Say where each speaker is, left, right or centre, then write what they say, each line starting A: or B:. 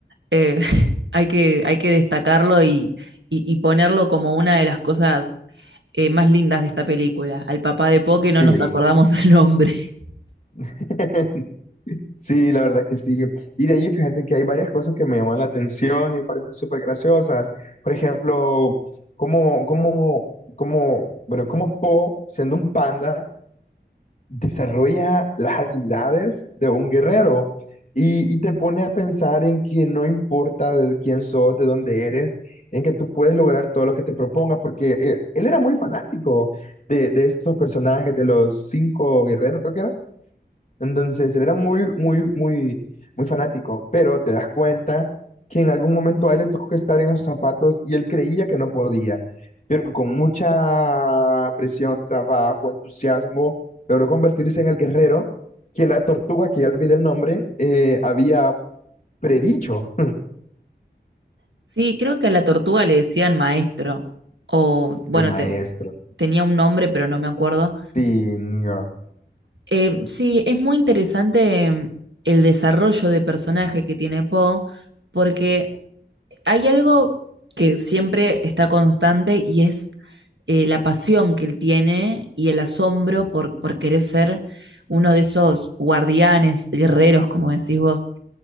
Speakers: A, on the right (about 80°); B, on the left (about 45°).
A: eh, <laughs> hay que, hay que destacarlo y, y- y ponerlo como una de las cosas eh, más lindas de esta película. Al papá de Po que no
B: Sí,
A: nos acordamos el nombre. <laughs>
B: <laughs> sí, la verdad que sí. Y de ahí fíjate que hay varias cosas que me llaman la atención y me parecen súper graciosas. Por ejemplo, como, como, como, bueno, como Po, siendo un panda, desarrolla las habilidades de un guerrero y, y te pone a pensar en que no importa de quién sos, de dónde eres, en que tú puedes lograr todo lo que te propongas, porque eh, él era muy fanático de, de esos personajes, de los cinco guerreros, creo que eran. Entonces, él era muy, muy, muy, muy fanático, pero te das cuenta que en algún momento a él le tocó que estar en esos zapatos y él creía que no podía, pero con mucha presión, trabajo, entusiasmo, logró convertirse en el guerrero que la tortuga, que ya olvidé el nombre, eh, había predicho <laughs>
A: Sí, creo que a la tortuga le decían maestro, o bueno,
B: el maestro.
A: te- tenía un nombre, pero no me acuerdo.
B: Sí, niño.
A: Eh, sí, es muy interesante mm, el desarrollo de personaje que tiene Po, porque Hay algo que siempre está constante y es eh, la pasión que él tiene y el asombro por, por querer ser uno de esos guardianes, guerreros, como decís vos.